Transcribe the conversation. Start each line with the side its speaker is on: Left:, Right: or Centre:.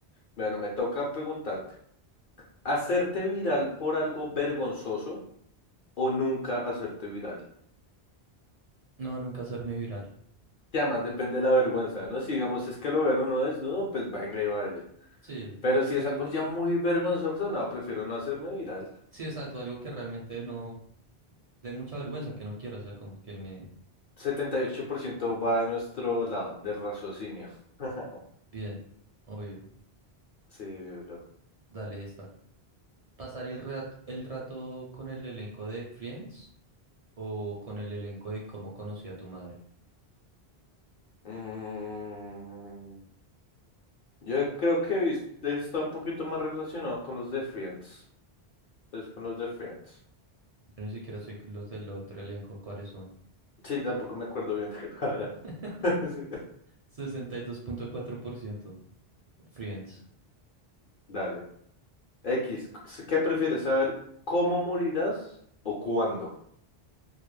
Left: Bueno, me toca preguntarte, ¿hacerte viral por algo vergonzoso o nunca hacerte viral?
Right: No, nunca hacerme viral.
Left: Ya más depende de la vergüenza, ¿no? Si digamos es que lo ven o no desnudo, pues venga y vaya.
Right: Sí,
Left: Pero si es algo ya muy vergonzoso, no, prefiero no hacerme viral.
Right: sí, exacto. Algo que realmente no... de mucha vergüenza que no quiero, o sea, como que me...
Left: setenta y ocho por ciento va de nuestro lado, del raciocinio. <laughs>
Right: Bien, obvio,
Left: Sí, bro.
Right: dale esta. ¿Pasar el rato, el rato con el elenco de Friends o con el elenco de Cómo conocí a tu madre?
Left: Mm, yo creo que vis- está un poquito más relacionado con los de Friends. Entonces, con los de Friends.
Right: Yo ni siquiera sé los del otro elenco cuáles son.
Left: Sí, tampoco me acuerdo bien de la cara.
Right: <laughs>
Left: <laughs> Sí.
Right: 62.4% Friends.
Left: Dale. X, ¿qué prefieres saber? ¿Cómo morirás o cuándo?